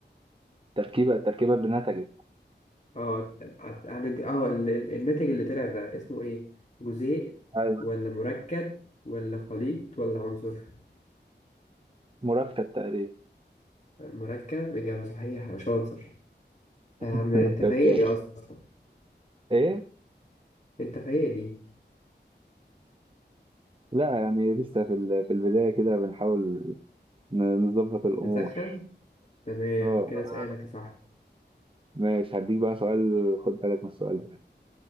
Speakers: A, on the right; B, on the left.
A: التركيبة التركيبة اللي نتجت
B: اه على على- اه ال- ال- الناتج اللي طلع ده اسمه ايه؟ جزيء
A: ايوه
B: ولا مركب ولا خليط ولا عنصر
A: مركب تقريبا
B: مركب إجابة صحيحة شاطر يا عم
A: <laughs>
B: انت
A: انت
B: فايق
A: كويس.
B: لي اصلا
A: ايه
B: انت في ايه دي
A: لا يعني لسه في ال- في البداية كده بنحاول ن- نظبط الأمور
B: نسخن تمام
A: اه
B: كده سؤالك يا صاحبي
A: ماشي هديك بقى سؤال خد بالك من السؤال ده